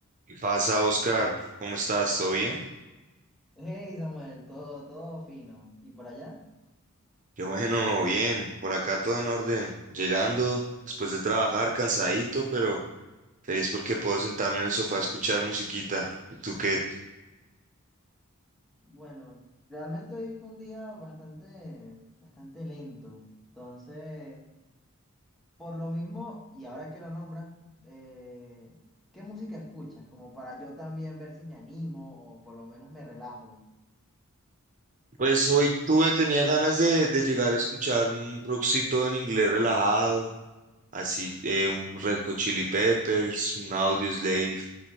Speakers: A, on the right; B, in the centre.
A: ¿Qué pasa, Oscar? ¿Cómo estás? ¿Todo bien?
B: Hey Samuel, todo, todo fino. ¿Y por allá?
A: Qué bueno, bien. Por acá todo en orden. Llegando después de trabajar, cansadito, pero feliz porque puedo sentarme en el sofá a escuchar musiquita. ¿Y tú qué?
B: Bueno, realmente hoy fue un día bastante, bastante lento. Entonces, por lo mismo, y ahora que lo nombras, eh, ¿qué música escuchas? Como para yo también ver si me animo o por lo menos me relajo.
A: Pues hoy tuve, tenía ganas de, de llegar a escuchar un rockcito en inglés relajado, así eh, un Red Hot Chili Peppers, un Audioslave,